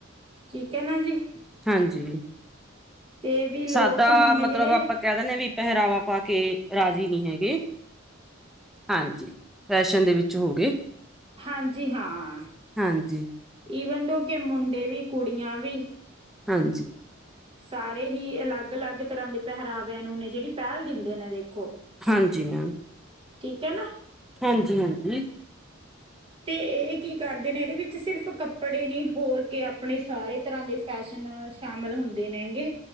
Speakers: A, on the right; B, in the centre.
A: ਠੀਕ ਹੈ ਨਾ ਜੀ।
B: ਹਾਂਜੀ।
A: ਤੇ ਵੀ ਲੋਕ
B: ਸਾਦਾ
A: ਹੁਣ ਨੇ
B: ਮਤਲਬ
A: ਜਿਹੜੇ
B: ਆਪਾਂ ਕਹਿ ਦਿੰਦੇੇ ਹਾਂ ਵੀ ਪਹਿਰਾਵਾ ਪਾ ਕੇ ਰਾਜ਼ੀ ਨਹੀਂ ਹੈਗੇ। ਹਾਂਜੀ ਫੈਸ਼ਨ ਦੇ ਵਿੱਚ ਹੋ ਗਏ।
A: ਹਾਂਜੀ ਹਾਂ
B: ਹਾਂਜੀ
A: ਇਹ ਦੋ ਕਿ ਮੁੰਡੇ ਵੀ ਕੁੜੀਆਂ ਵੀ
B: ਹਾਂਜੀ।
A: ਸਾਰੇ ਹੀ ਅਲੱਗ-ਅਲੱਗ ਤਰ੍ਹਾਂ ਦੇ ਪਹਿਰਾਵਿਆਂ ਨੂੰ ਨੇ ਜਿਹੜੀ ਪਹਿਲ ਦਿੰਦੇ ਨੇ ਦੇਖੋ
B: ਹਾਂਜੀ ਮੈਮ
A: ਠੀਕ ਹੈ ਨਾ
B: ਹਾਂਜੀ-ਹਾਂਜੀ।
A: ਤੇ ਇਹ ਕੀ ਕਰਦੇ ਨੇ। ਇਹਦੇ ਵਿੱਚ ਸਿਰਫ਼ ਕੱਪੜੇ ਨੀ ਹੋਰ ਕੇ ਆਪਣੇ ਸਾਰੇ ਤਰ੍ਹਾਂ ਦੇ ਫੈਸ਼ਨ ਸ਼ਾਮਿਲ ਹੁੰਦੇ ਨੇ ਹੈਂਗੇ‌।